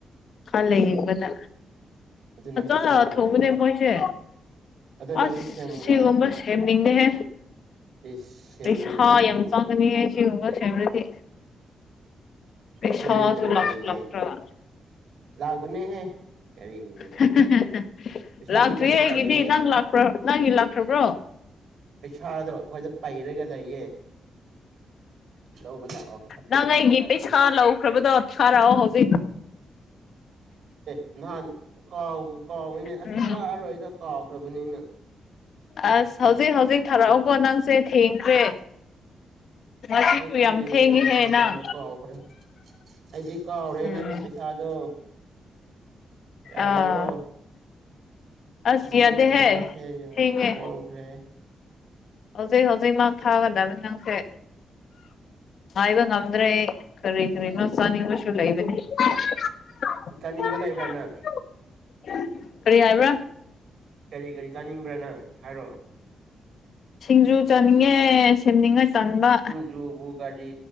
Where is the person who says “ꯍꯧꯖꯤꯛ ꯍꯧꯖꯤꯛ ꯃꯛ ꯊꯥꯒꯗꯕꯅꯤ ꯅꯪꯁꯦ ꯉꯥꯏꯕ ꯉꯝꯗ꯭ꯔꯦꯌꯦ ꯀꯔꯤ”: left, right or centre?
Left